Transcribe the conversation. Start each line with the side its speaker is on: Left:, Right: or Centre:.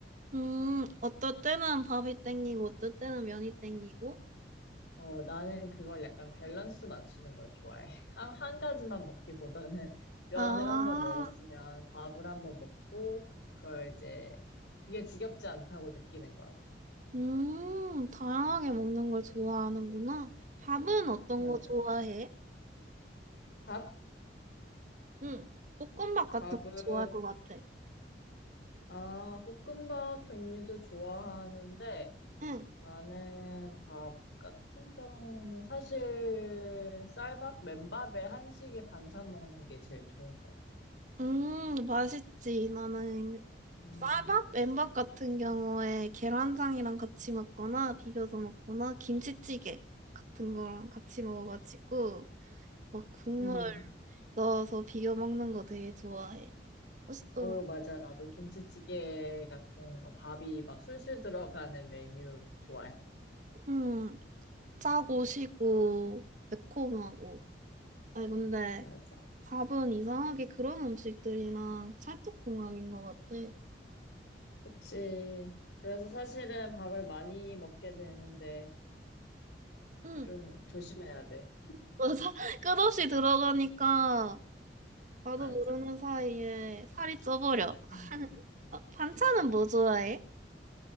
Right: 음, 어떨 때는 밥이 땡기고, 어떨 때는 면이 땡기고.
Left: 어, 나는 그걸 약간 밸런스 맞추는 걸 좋아해. <laughs> 한, 한 가지만 먹기보다는 <laughs> 면을
Right: 아,
Left: 한번 먹었으면 밥을 한번 먹고 그걸 이제 그게 지겹지 않다고 느끼는 것 같아.
Right: 음, 다양하게 먹는 걸 좋아하는구나. 밥은 어떤
Left: 맞아.
Right: 거 좋아해?
Left: 밥?
Right: 응, 볶음밥
Left: 밥은,
Right: 같은 거 좋아할 것 같아.
Left: 아, 볶음밥 종류도 좋아하는데
Right: 응,
Left: 나는 밥 같은 경우는 사실 쌀밥, 맨밥에 한식에 반찬 먹는 게 제일 좋은 것 같아.
Right: 음, 맛있지. 나는
Left: 음,
Right: 쌀밥, 맨밥 같은 경우에 계란장이랑 같이 먹거나 비벼서 먹거나 김치찌개 같은 거랑 같이 먹어가지고 막 국물
Left: 음.
Right: 넣어서 비벼 먹는 거 되게 좋아해. 맛있더라.
Left: 어, 맞아. 나도 김치찌개 같은 거, 밥이 막 술술 들어가는 메뉴 좋아해.
Right: 음, 짜고 시고 매콤하고. 아니 근데
Left: 맞아.
Right: 밥은 이상하게 그런 음식들이랑 찰떡궁합인 것 같아.
Left: 그치. 그래서 사실은 밥을 많이 먹게 되는데
Right: 응,
Left: 좀 조심해야 돼.
Right: 맞아. <laughs> 끝없이 들어가니까 나도
Left: 맞아.
Right: 모르는 사이에 살이 쪄버려.
Left: 음.
Right: 어, 반찬은 뭐 좋아해?